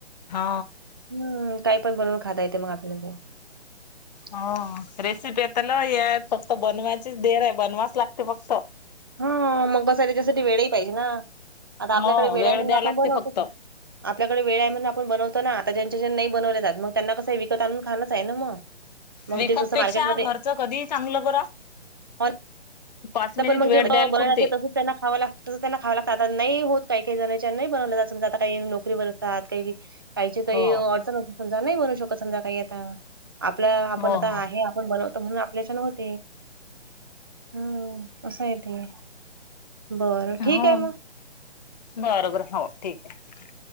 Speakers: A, on the left; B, on the right.
A: हा.
B: हम्म काही पण बनवून खाता येते मग आपल्याला. ह. <unintelligible>
A: हो रेसिपी आता ल <unintelligible> हे फक्त बनवायचीच देर आहे बनवा वीच लागते फक्त.
B: हा मग बसा त्याच्यासाठी वेळेही पाहिजे ना. आता
A: हो
B: आपल्याकडे वेळ म्हणून
A: द्याय
B: आपण
A: लागते
B: बनवतो.
A: फक्त.
B: आपल्याकडे वेळ आहे म्हणून आपण बनवतो ना. आता ज्यांच्या ज्यां नाही बनवले जातमग त्यांना कसं आहे विकत आणून खाणंच आहे ना मग. मग
A: विकत
B: जे जसं
A: पेक्षा
B: मार्केटमध्ये
A: घरचं कधी ही चांगल बरं.
B: हो
A: पाच मिनिट
B: पण मग जे
A: वेळ
B: बनवते
A: द्यायला पुरते.
B: तसंच त्यांना खावं लागत. त्यांना खावं लागत आता नाही होत काही काही जणच्या नाही बनवलं जात. समजा आता काही नोकरीवर असतात काही. काहीची काही
A: हो
B: अडचण अस समजा नाही बनू शकत समजा काही आता आपलं आपण
A: हो
B: आता
A: हो.
B: आहे. आपण बनवत म्हणून आपल्या च्यान होते हम असंय ते बरं, ठीक
A: हो
B: आहे मग
A: बरं बरं हो ठीक आहे.